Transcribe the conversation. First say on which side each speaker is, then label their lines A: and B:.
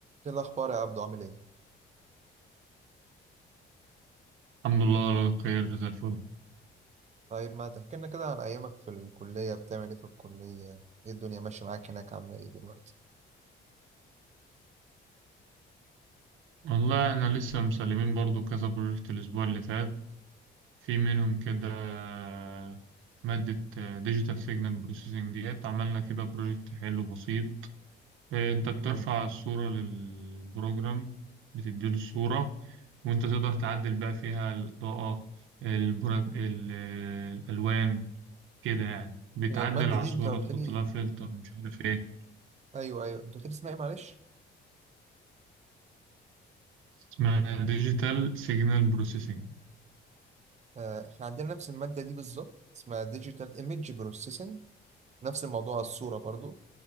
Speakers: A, on the right; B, on the right.
A: ايه الاخبار يا عبدو عامل ايه
B: الحمد لله على خير زي الفل
A: طيب ما تحكي لنا كده عن ايامك في الكليه بتعمل ايه في الكليه ايه الدنيا ماشيه معاك هناك عامله ايه دلوقتي
B: والله احنا لسه مسلمين برضو كذا بروجكت الاسبوع اللي فات في منهم كده آه، مادة ديجيتال سيجنال بروسيسنج ديت عملنا كده بروجكت حلو بسيط آه، انت بترفع
A: مم.
B: الصورة للبروجرام بتديله الصورة وانت تقدر تعدل بقى فيها الإضاءة البر- ال- آه، الألوان كده يعني بتعدل
A: هي الماده
B: على
A: دي
B: الصورة
A: انت قلت
B: تحط
A: لي
B: لها فلتر مش عارف ايه
A: ايوه ايوه انت قلت لي اسمها ايه معلش
B: اسمها ديجيتال سيجنال بروسيسنج
A: آه احنا عندنا نفس الماده دي بالظبط اسمها ديجيتال ايمج بروسيسنج نفس الموضوع الصوره برضو